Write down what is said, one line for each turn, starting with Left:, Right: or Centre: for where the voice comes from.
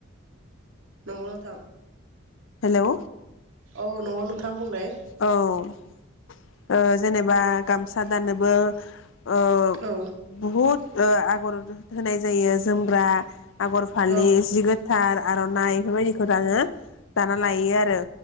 Right: नंगौ नोंथां
Left: हेलौ
Right: औ नंगौ नोंथां बुंलाय
Left: औ ओ जेनेबा गामसा दानोबो ओ
Right: औ
Left: बहुद ओ आगर होनाय जायो जोमग्रा आगर फालि
Right: औ
Left: जि गोथार आरनाइ बेफोरबायदिखौ दानो दाना
Right: औ
Left: लायो आरो